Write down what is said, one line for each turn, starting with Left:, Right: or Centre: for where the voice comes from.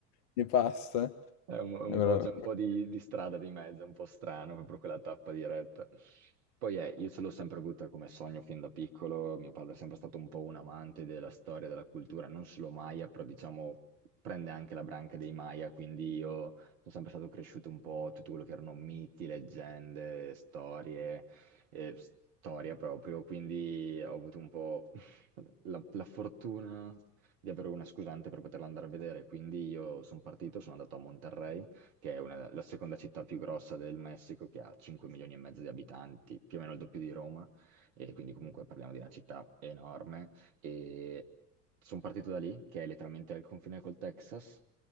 Left: ne passa.
Right: È un, è un
Left: Allora,
Right: po', c'è un po' di, di strada di mezzo, è un po' strano, proprio quella tappa diretta. Poi eh, io ce l'ho sempre avuta come sogno fin da piccolo, mio padre è sempre stato un po' un amante della storia, della cultura, non solo Maya, però diciamo prende anche la branca dei Maya, quindi io sono sempre stato cresciuto un po' tutto quello che erano miti, leggende, storie, eh, storia proprio, quindi ho avuto un po' <laughs> la la fortuna di avere una scusante per poterla andare a vedere. Quindi io sono partito, sono andato a Monterrey, che è una- la seconda città più grossa del Messico, che ha 5 milioni e mezzo di abitanti, più o meno il doppio di Roma, e quindi comunque parliamo di una città enorme. E sono partito da lì, che è letteralmente al confine col Texas.